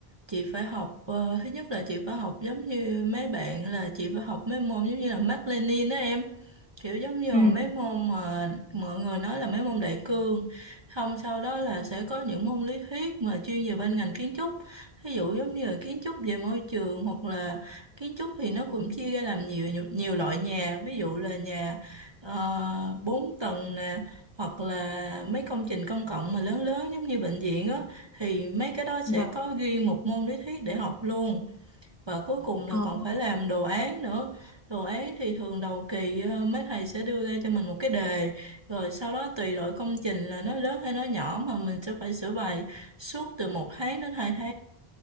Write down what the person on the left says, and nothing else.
Ừ,
dạ.
Ờ,